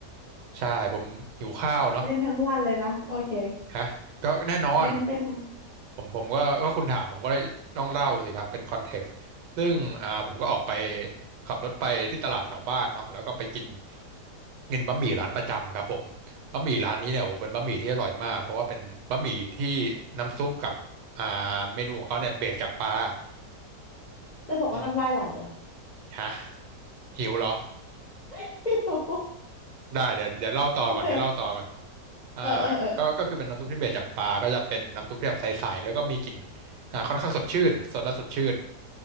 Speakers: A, on the right (about 80°); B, on the left (about 55°).
A: ใช่ผมหิวข้าวเนาะ
B: เน้นทั้งวันเลยนะโอเค
A: ฮะก็แน่นอน
B: เน้นเป็นทั้ง
A: ผมผมก็ก็คุณถามผมก็ต้องเล่าสิครับเป็นคอนเท็กซ์ซึ่งอ่าผมก็ออกไปขับรถไปที่ตลาดแถวบ้านเนาะแล้วก็ไปกินกินบะหมี่ร้านประจำครับผมบะหมี่ร้านนี้เนี่ยโอ้โหเป็นบะหมี่ที่อร่อยมากเพราะว่าเป็นบะหมี่ที่น้ำซุปกับอ่าเมนูของเขาเนี่ยเบสจากปลา
B: จะบอกว่าน้ำลายไหลอ่ะ
A: อืมฮะหิวเหรอ
B: <laughs> หิว <laughs>
A: ได้เดี๋ยวเดี๋ยวเล่าต่อก่อนเดี๋ยวเล่าต่อก่อน
B: โอเค
A: อ่า
B: เออเออเออ
A: ก็ก็คือเป็นน้ำซุปที่เบสจากปลาก็จะเป็นน้ำซุปที่แบบใสๆแล้วก็มีกลิ่นอ่าค่อนข้างสดชื่นสดและสดชื่น